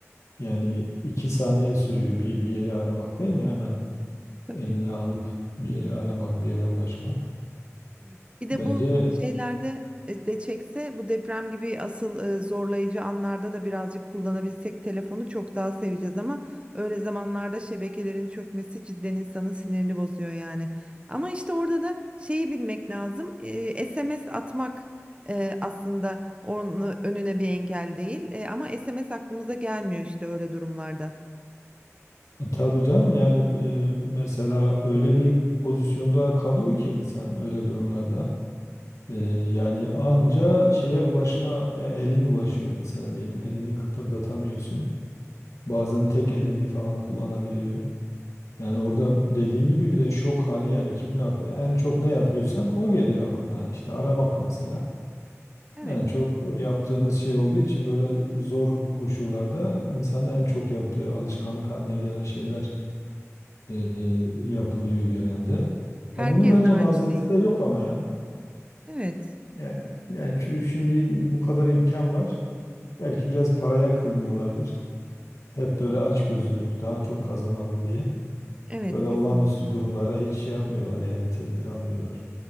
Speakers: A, on the left; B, on the right.
A: Yani iki saniye sürüyor bir, bir yeri aramak değil mi? Hemen
B: tabii.
A: eline alıp bir yeri aramak, bir yere ulaşmak.
B: Tabii. Bir de
A: Bence
B: bu şeylerde e, de çekse bu deprem gibi asıl e, zorlayıcı anlarda da birazcık kullanabilsek telefonu çok daha seveceğiz ama öyle zamanlarda şebekelerin çökmesi cidden insanın sinirini bozuyor yani. Ama işte orada da şeyi bilmek lazım. e, SMS atmak e, aslında onun önüne bir engel değil. E, ama SMS aklımıza gelmiyor işte öyle durumlarda.
A: e, tabii canım yani e, mesela öyle bir pozisyonda kalıyor ki insan öyle durumlarda. E, yani anca şeye ulaşma e, elin ulaşıyor mesela diyelim elini kıpırdatamıyorsun. Bazen tek elini falan kullanabiliyor. Yani orada
B: Evet.
A: dediğin gibi bir de şok hali yani kimin aklı, en çok ne yapıyorsan o geliyor aklına. İşte aramak mesela.
B: Evet.
A: En çok yaptığımız şey olduğu için böyle zor koşullarda insanın en çok yaptığı alışkanlık haline gelen şeyler e, e, yapılıyor genelde.
B: Herkes
A: Ya bunu bence
B: de aynı
A: mazereti
B: şeyi.
A: de yok ama ya.
B: Evet.
A: Yani yani şu- şimdi bu kadar imkan var. Belki biraz paraya kıymıyorlardır. Hep böyle açgözlülük daha çok kazanalım diye.
B: Evet
A: Böyle
B: kesinlikle.
A: olağanüstü durumlara hiç şey yapmıyorlar yani tedbir almıyorlar.